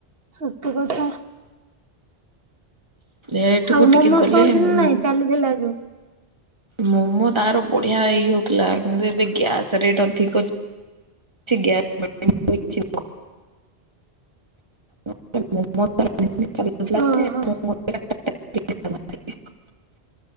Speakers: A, on the right; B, on the right.
A: ସତ କଥା।
B: ଏଠିକୁ
A: ଆଉ
B: ଟିକେ
A: ମୋମୋସ୍
B: ଗଲେ
A: ହଉଛି
B: ମୁଁ।
A: ନା ନାଇଁ ଚାଲିଥିଲା ଯୋଉ
B: ମୋମୋ ତାର ବଢି଼ଆ ହେଇ ହଉଥିଲା କିନ୍ତୁ ଏବେ ଗ୍ୟାସ୍ ରେଟ୍ ଅଧିକ। ଗ୍ୟାସ୍। <unintelligible>
A: ଓହୋ
B: <unintelligible>